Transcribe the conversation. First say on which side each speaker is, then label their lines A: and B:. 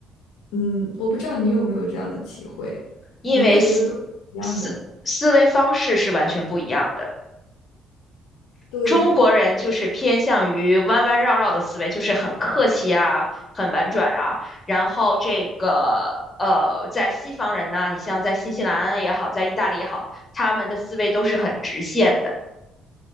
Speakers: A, on the left; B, on the left.
A: 嗯，我不知道你有没有这样的体会，
B: 因为思
A: 你会觉得都一样的。
B: 思思维方式是完全不一样的。
A: 对，
B: 中国人就是偏向于弯弯绕绕的思维，就是很客气啊，很婉转啊。然后这个呃，在西方人呢，你像在新西兰也好，在意大利也好，他们的思维都是很直线的。